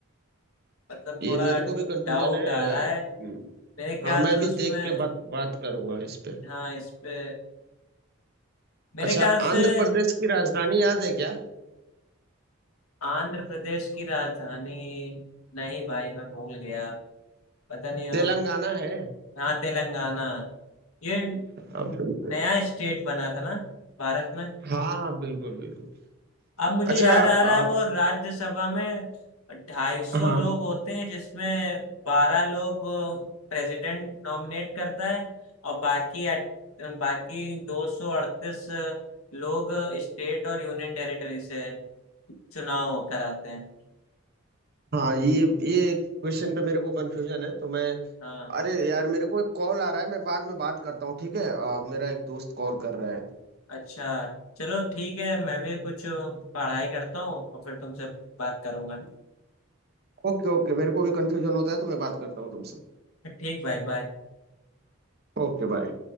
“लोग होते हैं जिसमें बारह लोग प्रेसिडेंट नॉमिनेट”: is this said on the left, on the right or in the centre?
Left